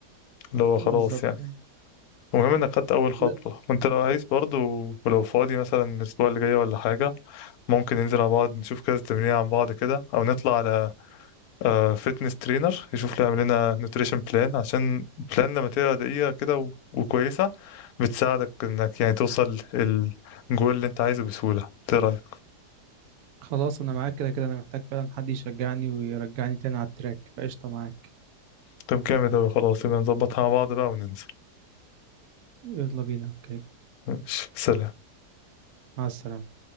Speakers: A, on the left (about 70°); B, on the right (about 70°).
A: اللي هو خلاص
B: بالظبط
A: يعني المهم انك خدت اول خطوه
B: لا
A: وانت لو عايز برضو ولو فاضي مثلا الاسبوع اللي جاي ولا حاجه ممكن ننزل مع بعض نشوف كذا تمرين عن بعض كده او نطلع على فيتنس ترينر يشوف لي يعمل لنا نوتريشن بلان عشان بلان لما تبقى دقيقة كده و- وكويسة بتساعدك انك يعني توصل الجول اللي انت عايزه بسهولة ايه رأيك؟
B: خلاص انا معاك كده كده انا محتاج فعلا حد يشجعني ويرجعني تاني على التراك فقشطة معاك
A: طب جامد اوي خلاص يبقى نظبطها مع بعض بقى وننزل
B: يلا بينا اوكي
A: ماشي سلام
B: مع السلامة